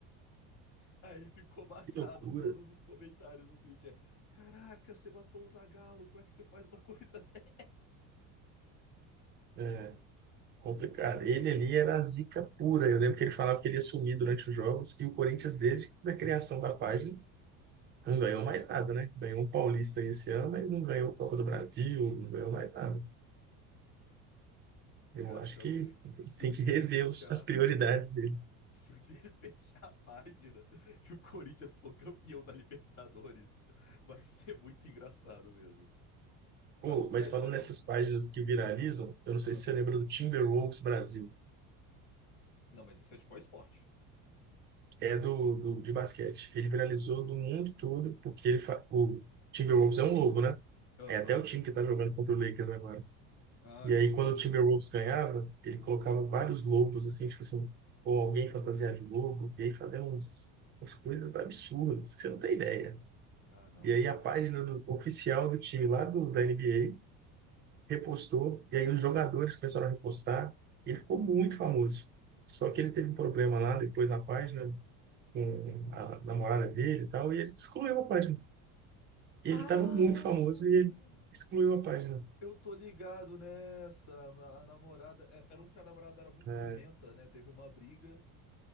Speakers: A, on the left; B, on the right.
A: Aí ficou marcado
B: Que loucura.
A: todos os comentários do tweet, é, caraca, você matou o Zagallo, como é que você faz uma coisa <laughs> dessa?
B: É, complicado. Ele ali era a zica pura. Eu lembro que ele falava que ele ia sumir durante os jogos e o Corinthians, desde a criação da página, não ganhou mais nada, né? Ganhou um Paulista esse ano, mas não ganhou o Copa do Brasil, não ganhou mais nada. Eu
A: Cara,
B: acho
A: pior
B: que
A: que se, se
B: tem
A: um dia
B: que rever
A: ele fechar...
B: os- as prioridades dele.
A: Se o dia <laughs> fechar a página e o Corinthians for campeão da Libertadores, vai ser muito engraçado mesmo.
B: Pô,
A: Mas não fecha,
B: mas falando
A: não.
B: nessas páginas que viralizam, eu não
A: Ah.
B: sei se você lembra do Timberwolves Brasil.
A: Não, mas isso é de qual esporte?
B: é do, do de basquete. Ele viralizou do mundo todo porque ele fa... o Timberwolves é um lobo, né?
A: Aham.
B: É até o time que tá jogando contra o Lakers agora.
A: Ah,
B: E
A: justo.
B: aí quando o Timberwolves ganhava, ele colocava vários lobos assim, tipo assim, ou alguém fantasiado de lobo, e aí fazendo uns, umas coisas absurdas, que você não tem ideia.
A: Ah, não,
B: E aí
A: cara.
B: a página do, oficial do time lá do, da NBA repostou, e aí os jogadores começaram a repostar, e ele ficou muito famoso. Só que ele teve um problema lá depois na página, com a namorada dele e tal, e ele excluiu a página. E
A: Ah!
B: ele estava muito famoso e ele excluiu a página.
A: Eu tô ligado nessa. A a namorada. é- Era um que a namorada era muito
B: né?
A: ciumenta, né? Teve uma briga.